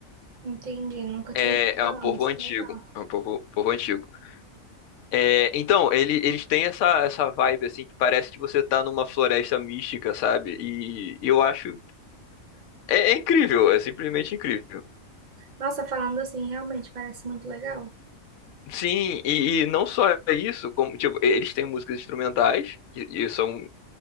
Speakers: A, on the right; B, on the left.
A: Entendi. Nunca tinha
B: É,
A: ouvido
B: é
A: falar,
B: um povo
A: mas
B: antigo,
A: que legal.
B: é um povo, povo antigo. É, então, ele- eles têm essa, essa vibe assim que parece que você tá numa floresta mística, sabe? E eu acho é, é incrível, é simplesmente incrível.
A: Nossa, falando assim, realmente parece muito legal.
B: Sim, e, e não só isso, como tipo, eles têm músicas instrumentais, que, e são